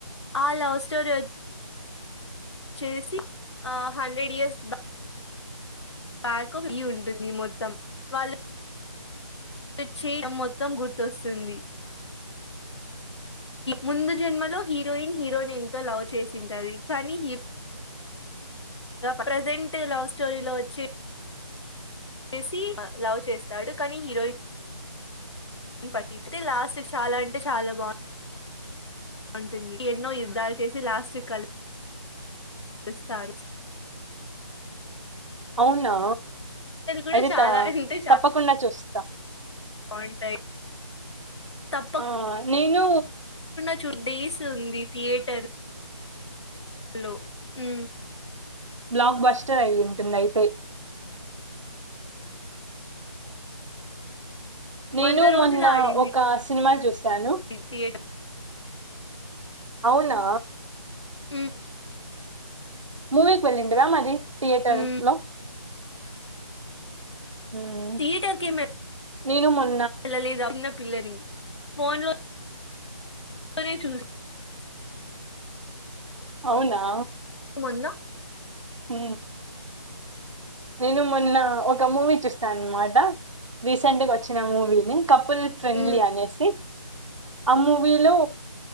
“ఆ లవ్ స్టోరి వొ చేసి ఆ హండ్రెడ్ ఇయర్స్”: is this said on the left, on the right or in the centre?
Left